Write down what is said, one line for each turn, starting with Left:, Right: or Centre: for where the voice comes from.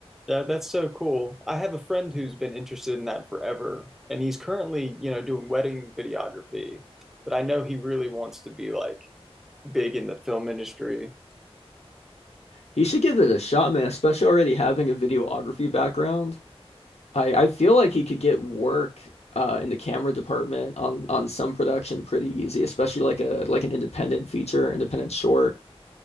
Centre: Yeah, that's so cool. I have a friend who's been interested in that forever, and he's currently, you know, doing wedding videography. But I know he really wants to be like big in the film industry.
Left: He should give it a shot, man, especially already having a videography background. I, I feel like he could get work uh, in the camera department on on some production pretty easy, especially like a like an independent feature, independent short.